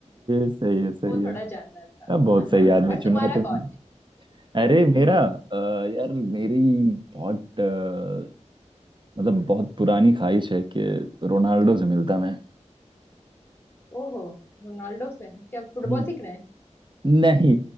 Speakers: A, on the right; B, on the left.
A: सही है सही
B: वो
A: है
B: थोड़ा जानना था
A: अब बहुत सही
B: हाँ
A: आदमी
B: और
A: हाँ चुना
B: तुम्हारा
A: है तुमने
B: कौन है
A: अरे
B: हम्म
A: मेरा अ, यार मेरी बहुत अ, मतलब बहुत पुरानी ख्वाहिश है कि रोनाल्डो से मिलता मैं
B: ओहो रोनाल्डो से क्या फुटबॉल
A: हम्म।
B: सीख रहे हैं
A: नहीं